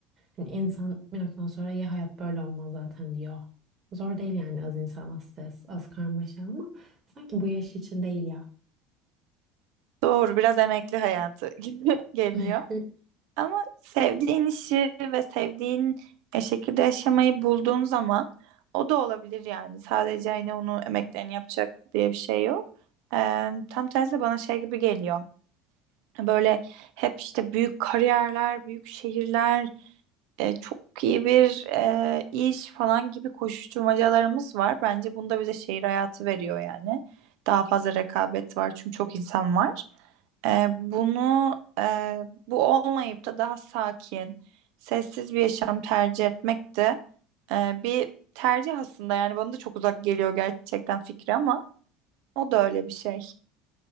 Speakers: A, on the right; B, on the right.
A: Hani insan bir noktadan sonra ya hayat böyle olmaz zaten diyor. Zor değil yani az insan az stres az karmaşa ama sanki bu yaş için değil ya.
B: Doğru, biraz emekli hayatı <laughs> gibi geliyor.
A: <laughs>
B: Ama sevdiğin işi ve sevdiğin e, şekilde yaşamayı bulduğun zaman o da olabilir yani. Sadece hani onu emeklerini yapacak diye bir şey yok. Eee, tam tersi bana şey gibi geliyor. Böyle hep işte büyük kariyerler, büyük şehirler, e, çok iyi bir e, iş falan gibi koşuşturmacalarımız var. Bence bunda bize şehir hayatı veriyor yani. Daha fazla rekabet var çünkü çok insan var. E, bunu e, bu olmayıp da daha sakin, sessiz bir yaşam tercih etmek de e, bir tercih aslında. Yani bana da çok uzak geliyor gerçekten fikri ama o da öyle bir şey.